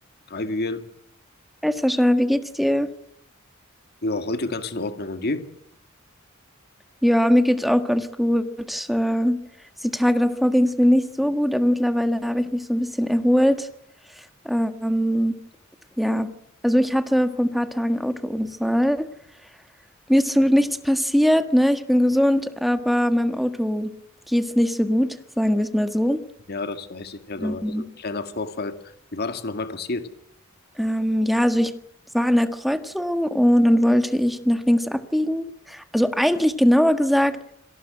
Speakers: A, on the left (about 50°); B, in the centre.
A: Drei gegeben.
B: Hey Sascha, wie geht's dir?
A: Ja, heute ganz in Ordnung. Und dir?
B: Ja, mir geht's auch ganz gut. Äh, die Tage davor ging es mir nicht so gut, aber mittlerweile habe ich mich so ein bisschen erholt. Ähm, ja, also ich hatte vor ein paar Tagen einen Autounfall. Mir ist zum Glück nichts passiert, ne? Ich bin gesund, aber meinem Auto geht's nicht so gut, sagen wir es mal so.
A: Ja, das weiß ich. Ja, da
B: Mhm.
A: war so ein kleiner Vorfall. Wie war das denn nochmal passiert?
B: Ähm, ja, also ich war an der Kreuzung und dann wollte ich nach links abbiegen. Also eigentlich genauer gesagt,